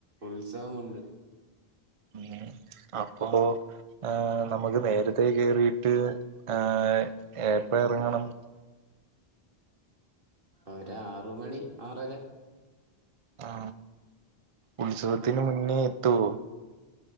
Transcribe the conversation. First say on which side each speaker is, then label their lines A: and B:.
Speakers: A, on the right; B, on the right.
A: ഉത്സാഹമുണ്ട്
B: ഉം അപ്പോ ഏഹ് നമ്മക്ക് നേരത്തെ കേറിയിട്ട് ഏഹ് എപ്പഴറങ്ങണം?
A: ഒരാറു മണി ആറര
B: ആ ഉത്സവത്തിന് മുന്നേ എത്തോ?